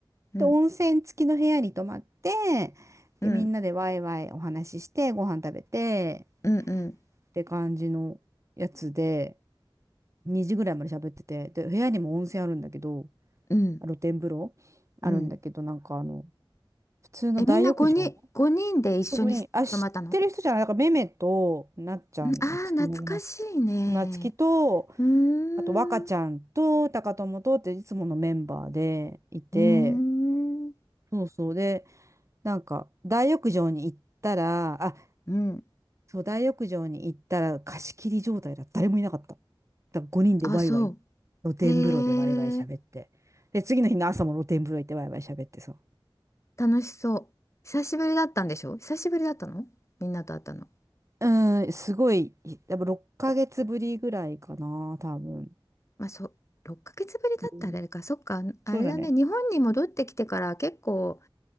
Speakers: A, on the left; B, on the right.
A: うん
B: で、温泉付きの部屋に泊まって、
A: うん
B: で、みんなでワイワイお話しして、ご飯食べて、
A: うんうん
B: って感じのやつで、2時ぐらいまで喋ってて、で、部屋にも温泉あるんだけど、
A: うん
B: 露天風呂あるんだけど、
A: うん。
B: なんかあの、普通の大浴場
A: え、みんな5人、5人で一緒に泊まったの
B: グリーン。あ、知ってる人じゃない。なんか、めめと、なっちゃん、
A: うんあー、
B: なつきのめなつき。
A: 懐かしいね。
B: なつきと、
A: うーん。
B: あと、若ちゃんと、高友とっていつものメンバーでいて、
A: うーん。
B: そうそうで、なんか、大浴場に行ったら、あ、
A: うん。
B: そう、大浴場に行ったら、貸し切り状態だ。誰もいなかった。だから5人でワイワイ、
A: あ、そう。
B: 露天風呂でワイワイ喋って。
A: へえ、
B: で、次の日の朝も露天風呂行ってワイワイ喋ってさ。
A: 楽しそう。久しぶりだったんでしょ久しぶりだったのみんなと会ったの。
B: うん、すごい、多分6ヶ月ぶりぐらいかな、多分。
A: まあ、そう、6ヶ月ぶりだったらあれか。
B: うん、
A: そっか、あれだね。
B: そうだね。
A: 日本に戻ってきてから結構、